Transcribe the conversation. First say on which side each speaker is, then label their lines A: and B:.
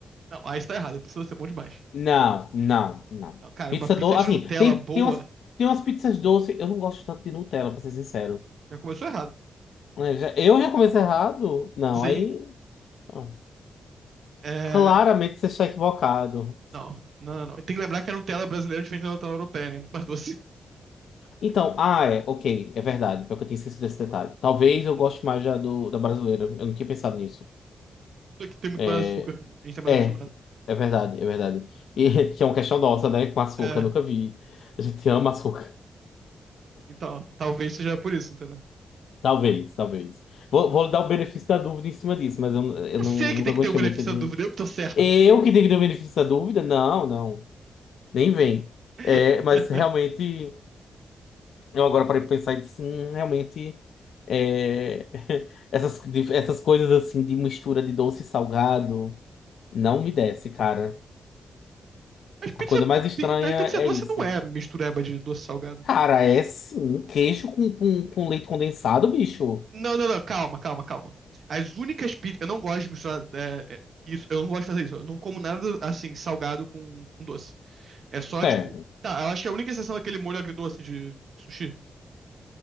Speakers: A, on the right; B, on the left.
A: Não, aí está errado. É possível ser bom demais.
B: Não, não, não.
A: Não, cara,
B: Pizza
A: uma pizza
B: doce,
A: de
B: assim,
A: Nutella
B: tem,
A: boa
B: tem umas, tem umas pizzas doces, eu não gosto tanto de Nutella, pra ser sincero.
A: já começou errado.
B: É, já- Eu já comecei errado? Não,
A: Sim.
B: aí. ó,
A: É...
B: Claramente você está equivocado.
A: Não, não, não. não. E Tem que lembrar que a Nutella brasileira é diferente da Nutella europeia, né? É muito mais doce.
B: Então, ah, é, ok, é verdade, porque eu tinha esquecido esse detalhe. Talvez
A: Exato.
B: eu goste mais já do, da brasileira, eu não tinha pensado nisso.
A: Só que tem muito
B: É,
A: mais açúcar. A gente tá mais
B: É,
A: acostumado.
B: é verdade, é verdade. E <laughs> que é uma questão nossa, né? Com açúcar,
A: É,
B: nunca vi. A gente ama açúcar.
A: então, talvez seja por isso, entendeu?
B: Talvez, talvez. Vou, vou dar o benefício da dúvida em cima disso, mas eu, eu
A: Eu
B: não,
A: sei que
B: nunca
A: tem que
B: gostei
A: ter o benefício
B: muito de.
A: da dúvida, eu que tô certo.
B: Eu que tenho que dar o benefício da dúvida? Não, não. Nem vem.
A: <laughs>
B: É, mas realmente, eu agora parei pra pensar e disse, hum, realmente. é, <laughs> essas, de- essas coisas assim de mistura de doce e salgado não me desce, cara.
A: Mas pizza,
B: A coisa mais estranha
A: pi- mas pizza
B: é
A: doce
B: isso.
A: não é mistureba de doce salgado.
B: Cara, é sim. um Queijo com, com, com leite condensado, bicho.
A: Não, não, não, calma, calma, calma. As únicas pizzas. Eu não gosto de misturar é, é, isso, eu não gosto de fazer isso. Eu não como nada assim, salgado com, com doce. É só
B: Certo.
A: tipo. Tá, eu acho que a única exceção é aquele molho agridoce de sushi.